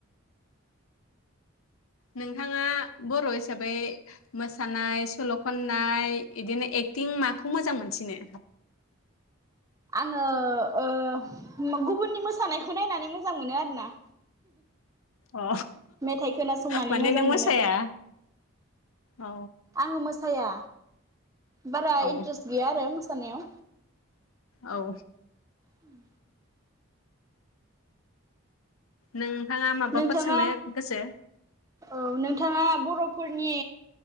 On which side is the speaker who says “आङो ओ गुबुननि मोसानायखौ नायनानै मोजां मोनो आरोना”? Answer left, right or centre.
Right